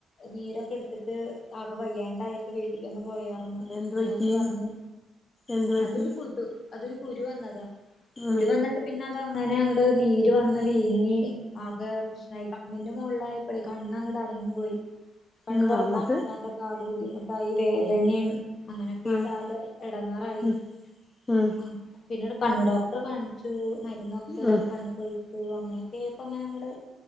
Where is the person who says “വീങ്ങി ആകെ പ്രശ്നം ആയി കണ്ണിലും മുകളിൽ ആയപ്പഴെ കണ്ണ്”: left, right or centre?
Left